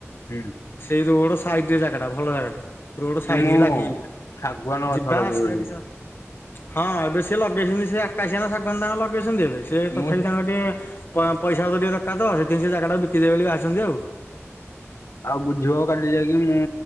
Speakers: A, on the left; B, on the left.
A: ହୁଁ।
B: ସେଇ ରୋଡ଼ ସାଇଟ୍ ରେ ଜାଗାଟା ଭଲ ଜାଗାଟେ। ରୋଡ଼
A: ଯେ
B: ସାଇଟିକି
A: ମୁଁ
B: ଲାଗିକି ପୁରା
A: ଶାଗୁଆନ ଗଛ
B: ଯିବା
A: ଲଗେଇବି
B: ଆସିବା
A: ବୋଲି
B: କିଛି ହଁ ଏବେ ସେ ଲଗେଇଛନ୍ତି ସିଏ ଆକାଶିଆ ନା ଶାଗୁଆନ ତାଙ୍କର ଲଗେଇଚନ୍ତି ଏବେ ସେ
A: ମୁଁ
B: ତଥାପି ତାଙ୍କ ଟେ ପ ପଇସାପତ୍ର ଟିକେ ଦରକାର୍ ତ ସେଥିପାଇଁ ସେ ଜାଗା ଟା ବିକି ଦେବେ ବୋଲି ବାହାରିଚନ୍ତି ଆଉ।
A: ଆଉ ବୁଝିବ କାଲି ଯାଇକି ମୁଁ